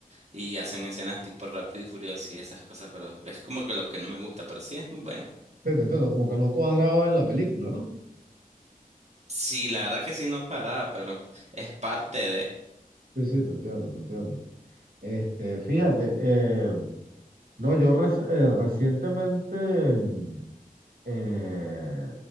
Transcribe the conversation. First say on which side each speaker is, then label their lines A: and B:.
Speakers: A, on the right; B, on the right.
A: y hacen escenas tipo rápido y furioso y esas cosas, pero es como que lo que no me gusta, pero sí es muy buena.
B: Sí, te entiendo, como que no cuadraba en la película, ¿no?
A: Sí, la verdad que sí no cuadrada, pero es parte de...
B: Sí, sí, te entiendo, te entiendo. Este, fíjate, eh, no, yo res- eh, recientemente mm, Eh,